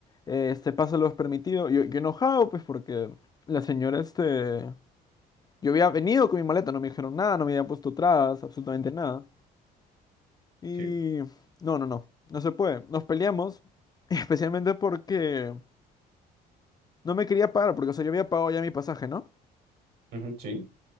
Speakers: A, on the left (about 25°); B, on the right (about 75°).
A: Eh, Este paso lo es permitido. Yo, yo enojado, pues, porque la señora, este... Yo había venido con mi maleta, no me dijeron nada, no me habían puesto trabas, absolutamente nada. Y...
B: sí,
A: No, no, no, no se puede. Nos peleamos, <laughs> especialmente porque no me quería pagar, porque, o sea, yo había pagado ya mi pasaje, ¿no?
B: ujú, sí,